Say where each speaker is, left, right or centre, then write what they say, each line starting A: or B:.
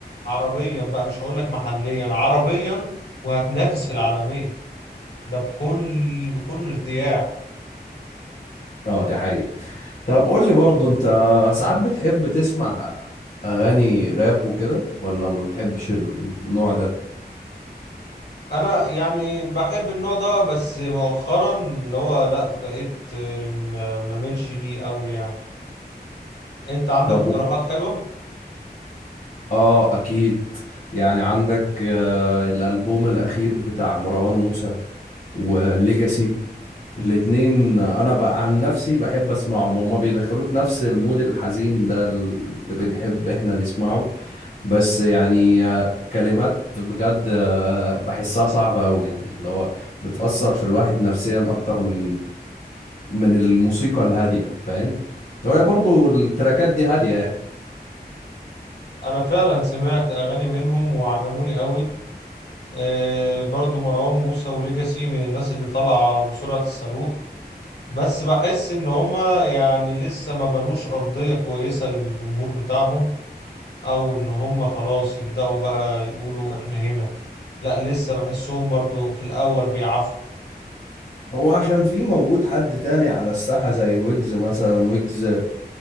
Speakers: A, on the left; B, on the left.
A: عربيا بقى مش هقول لك محليا عربيا وهتنافس في العالمية ده بكل بكل ارتياح
B: اه دي حقيقة طب قول لي برضو انت ساعات بتحب تسمع اغاني راب وكده ولا ما بتحبش النوع ده
A: انا يعني بحب النوع ده بس مؤخرا اللي هو لا بقيت آه، ما مملش ليه قوي يعني انت عندك
B: طب
A: اقتراحات حلوة
B: اه اكيد يعني عندك آه الالبوم الاخير بتاع مروان موسى وليجاسي الاتنين انا بقى عن نفسي بحب اسمعهم هما بيدخلوك في نفس المود الحزين ده اللي بنحب احنا نسمعه بس يعني آه، كلمات بجد آه، بحسها صعبة أوي يعني اللي هو بتأثر في الواحد نفسيا أكتر من من الموسيقى الهادية فاهم؟ هي برضو التراكات دي هادية يعني
A: انا فعلا سمعت اغاني منهم وعجبوني قوي آه، برضو مروان موسى وليجاسي من الناس اللي طالعة بسرعة الصاروخ بس بحس ان هما يعني لسه ما بنوش ارضية كويسة للجمهور بتاعهم او ان هما خلاص يبدأوا بقى يقولوا احنا هنا لا لسه بحسهم برضو في الاول بيعافروا
B: هو عشان في موجود حد تاني على الساحة زي ويجز مثلا ويجز